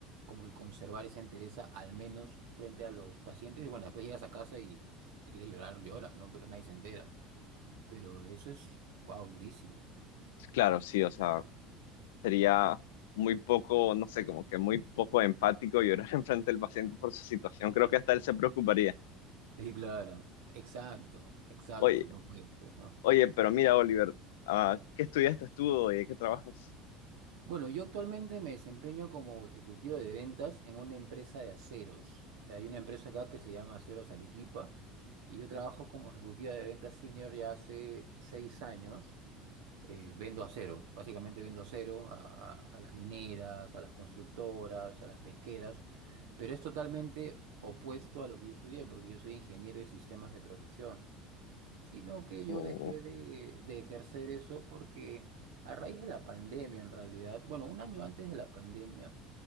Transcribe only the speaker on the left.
Claro, sí, o sea, sería muy poco, no sé, como que muy poco empático llorar <laughs> enfrente del paciente por su situación. Creo que hasta él se preocuparía.
Oye,
oye, pero mira, Oliver, ah, ¿qué estudiaste tú y qué trabajas?
O,